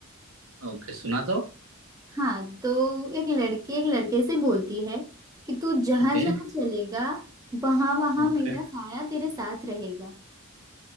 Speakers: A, on the right; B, on the right.
A: ओके सुना दो
B: हाँ तो एक लड़की एक लड़के से बोलती है कि तू जहां
A: ओके
B: जहां चलेगा वहां वहां
A: ओके
B: मेरा साया तेरे साथ रहेगा